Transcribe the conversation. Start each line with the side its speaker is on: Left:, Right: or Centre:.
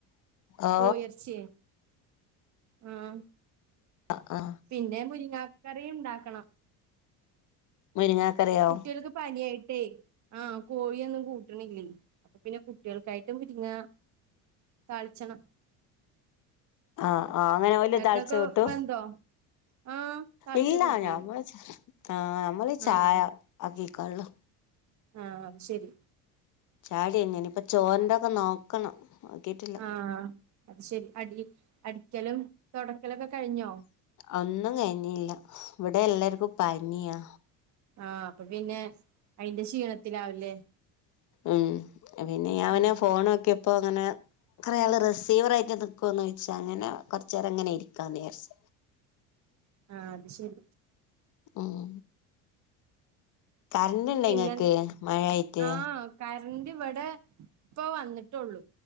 Left: ഓ
Right: കോഴിറച്ചി. ആഹ
Left: ആ ആ
Right: പിന്നെ മുരിങ്ങകറിയും ഉണ്ടാക്കണം.
Left: മുരിങ്ങാ കറിയോ?
Right: കുട്ടികൾക്ക് പനിയായിട്ടേ ആഹ കോഴിയൊന്നും കൂട്ടിണില്ലേ. അപ്പൊ പിന്നെ കുട്ടികൾക്കായിട്ടും മുരിങ്ങാ താളിച്ചണം.
Left: ആഹ് ആഹ് അങ്ങനെ ഓല്
Right: നിങ്ങക്കൊക്കെ
Left: താളിച്ചേ കൂട്ടും?
Right: വെന്തോ ആഹ് താളിച്ചത്
Left: ഇല്ല.
Right: കൂട്ടിയോ
Left: ഞമ്മൾ ആ ഞമ്മള് ചായ
Right: ആഹ്
Left: ആക്കികാളാ.
Right: ആഹ അത് ശെരി.
Left: ചായടി കയിഞ്ഞു ഇനിപ്പോ ചോറിന്റെ ഒകെ നോക്കണം നോക്കിട്ടില്ല.
Right: ആ അത് ശെരി അടി അടിക്കലും തൊട ഒകെ കഴിഞ്ഞോ?
Left: ഒന്നും കഴിഞ്ഞില്ല. ഇവടെ എല്ലാർക്കും പനിയാ.
Right: ആഹ അപ്പൊ പിന്നെ അയ്‌ന്റെ ക്ഷീണത്തിലാവുല്ലെ?
Left: ഉം പിന്നെ ഞാനാ
Right: ആഹ്
Left: ഫോൺ നോക്കിയപ്പോ ഇങ്ങനെ കൊറെ ആള് റിസീവർ ആയിട്ട് നിക്കൊന്നു ചോയ്ച്ചു. അങ്ങനെ കൊറച്ചേരം ഇങ്ങനെ ഇരിക്കാന്ന് വിചാരിച്.
Right: ആഹ അത് ശെരി.
Left: ഉം കറണ്ട് ഇണ്ട
Right: പിന്നെ
Left: ഇങ്ങക്ക് മഴായിട്ട്
Right: ആഹ കരണ്ട് ഇവടെ ഇപ്പൊ വന്നിട്ടൊള്ളൂ.